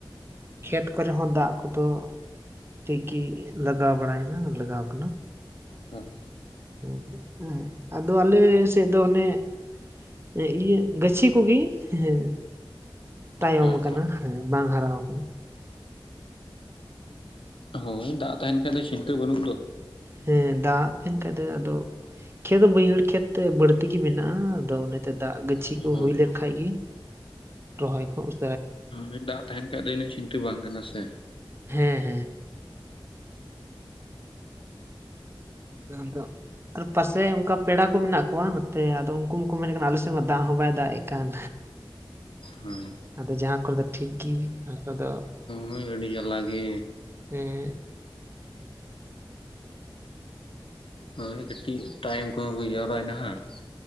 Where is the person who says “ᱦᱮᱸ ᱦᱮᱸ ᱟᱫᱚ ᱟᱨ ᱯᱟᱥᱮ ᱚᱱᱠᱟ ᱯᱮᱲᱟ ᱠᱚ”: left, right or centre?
Right